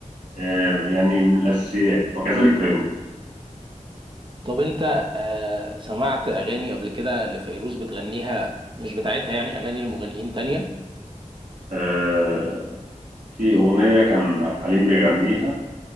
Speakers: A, on the right; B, on the right.
A: آه، يعني من الاساسيات وكذلك فيروز
B: طب انت آه سمعت اغاني قبل كده لفيروز بتغنيها مش بتاعتها يعني اغاني لمغنيين تانية
A: آه، في أغنية كان عبد الحليم بيغنيها